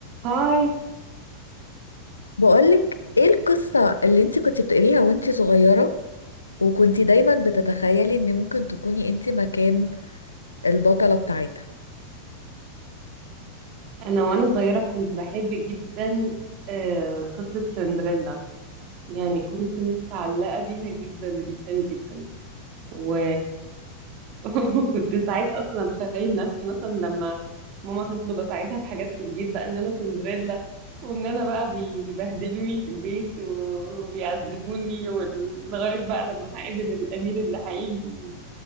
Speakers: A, on the right (about 40°); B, on the left (about 75°).
A: هاي
B: بقولك ايه القصة اللي انت كنت بتقريها وانت صغيرة وكنت دايما بتتخيلي ان ممكن تكوني انت مكان البطلة بتاعتها
A: انا وانا صغيره كنت بحب جدا آه، قصه سندريلا يعني كنت متعلقه بيها جدا جدا جدا و <laughs> وكنت ساعات اصلا اتخيل نفسي مثلا لما ماما تطلب اساعدها في حاجات في البيت بقى ان انا سندريلا وان انا بقى بيبهدلوني في البيت وبيعذبوني وال- لغايه بقى لما هقابل الامير اللي هيجي